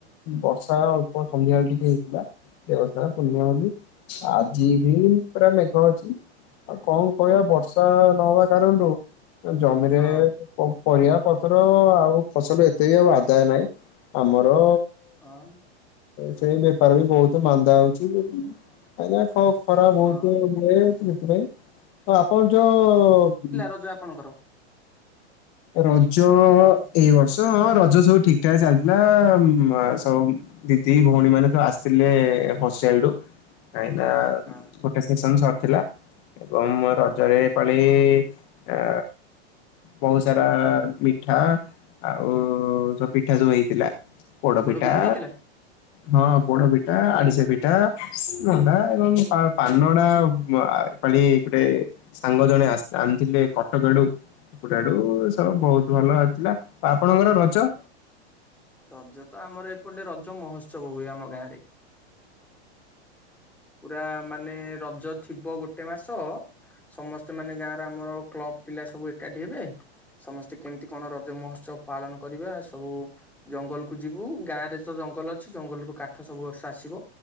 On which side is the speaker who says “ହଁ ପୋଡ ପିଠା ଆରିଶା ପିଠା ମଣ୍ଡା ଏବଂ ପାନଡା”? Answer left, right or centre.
Left